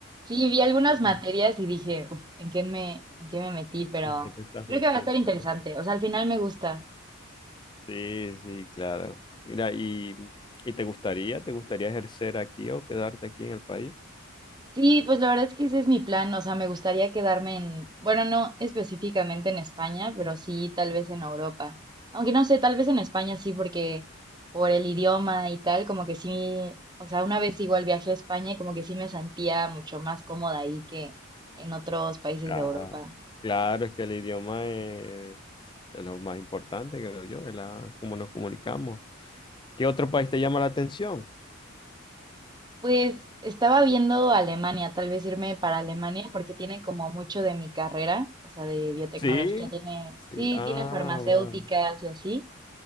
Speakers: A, on the right; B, on the left.
A: sí, vi algunas
B: O sea,
A: materias
B: <laughs>
A: y dije, "Uf, ¿en qué me, en qué me metí? Pero
B: ¿En qué te estás
A: creo
B: metiendo?
A: que va a estar interesante.
B: no?
A: O sea, al final me gusta.
B: Sí, sí, claro. Mira, ¿y, y te gustaría, te gustaría ejercer aquí o quedarte aquí en el país?
A: Sí, pues la verdad es que ese es mi plan, o sea, me gustaría quedarme en, bueno, no específicamente en España, pero sí tal vez en Europa. Aunque no sé, tal vez en España sí, porque por el idioma y tal, como que sí, o sea, una vez igual viajé a España y como que sí me sentía mucho más cómoda ahí que en otros países
B: Ah,
A: de Europa.
B: claro, es que el idioma es, es lo más importante, creo yo, es la, cómo nos comunicamos. ¿Qué otro país te llama la atención?
A: Pues estaba viendo Alemania, tal vez irme para Alemania porque tiene como mucho de mi carrera, o sea, de biotecnología,
B: Sí.
A: tiene,
B: Sí,
A: sí,
B: ah,
A: tiene farmacéuticas
B: vale.
A: y así,